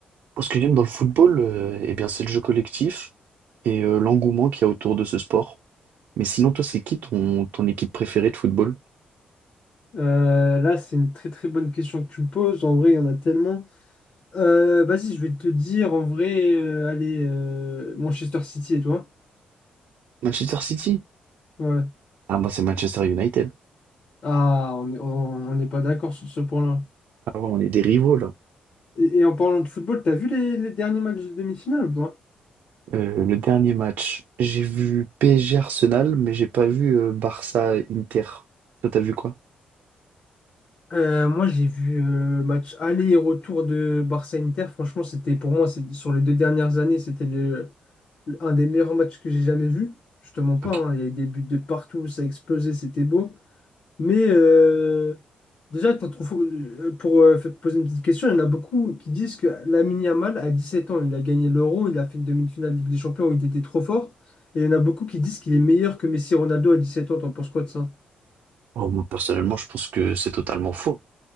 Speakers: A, on the right; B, on the left.
A: Moi, Ce que j'aime dans le football, euh, eh bien, c'est le jeu collectif et euh, l'engouement qu'il y a autour de ce sport. Mais sinon, toi, c'est qui ton, ton équipe préférée de football?
B: Euh, là, c'est une très très bonne question que tu me poses. En vrai, il y en a tellement. Euh, vas-y, je vais te dire, en vrai, euh, allez, euh, Manchester City et toi?
A: Manchester City?
B: Ouais.
A: Ah, moi, c'est Manchester United.
B: Ah, on est- on, on n'est pas d'accord sur ce point-là.
A: Ah ouais, on est des rivaux, là.
B: Et, et en parlant de football, t'as vu les, les derniers matchs de demi-finale ou pas?
A: Euh, le dernier match, j'ai vu PSG Arsenal, mais j'ai pas vu euh, Barça Inter. Toi, t'as vu quoi?
B: Euh, moi, j'ai vu euh, match aller et retour de Barça-Inter. Franchement, c'était pour moi, c'est- sur les deux dernières années, c'était le, un des meilleurs matchs que j'ai jamais vu. Je te mens pas,
A: Ok.
B: hein, il y a eu des buts de partout, ça a explosé, c'était beau. Mais euh, déjà, t'en trouves, euh, pour euh, te poser une petite question, il y en a beaucoup qui disent que Lamine Yamal, à sept ans, il a gagné l'Euro, il a fait une demi-finale de Ligue des Champions où il était trop fort. Et il y en a beaucoup qui disent qu'il est meilleur que Messi et Ronaldo à dix sept ans. T'en penses quoi de ça?
A: Oh, moi, personnellement, je pense que c'est totalement faux.